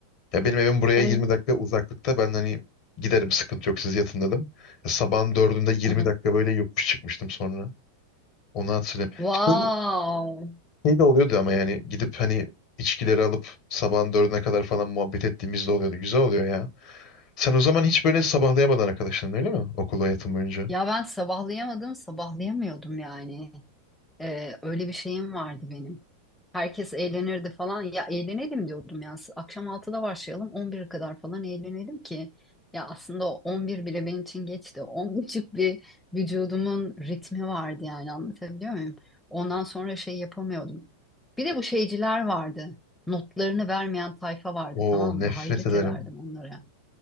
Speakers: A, on the left (about 40°); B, in the centre.
A: ya benim evim buraya
B: Aha,
A: 20 dakika uzaklıkta. Ben hani giderim sıkıntı yok siz yatın dedim. Ya sabahın dördünde 20
B: aha.
A: dakika böyle yokuş çıkmıştım sonra. Onu hatırlıyorum.
B: Wow.
A: Şey, şey de oluyordu ama yani gidip hani içkileri alıp sabahın dördüne kadar falan muhabbet ettiğimiz de oluyordu. Güzel oluyor ya. Sen o zaman hiç böyle sabahlayamadın arkadaşların öyle mi? Okul hayatın boyunca.
B: Ya ben sabahlayamadım, sabahlayamıyordum yani. Ee, öyle bir şeyim vardı benim. Herkes eğlenirdi falan. Ya eğlenelim diyordum ya. Akşam 6'da başlayalım 11'e kadar falan eğlenelim ki. Ya aslında o 11 bile benim için geçti. 10.30 bir vücudumun ritmi vardı yani anlatabiliyor muyum? Ondan sonra şey yapamıyordum. Bir de bu şeyciler vardı. Notlarını vermeyen tayfa vardı
A: Oo
B: tamam
A: nefret
B: mı? Hayret
A: ederim.
B: ederdim onlara.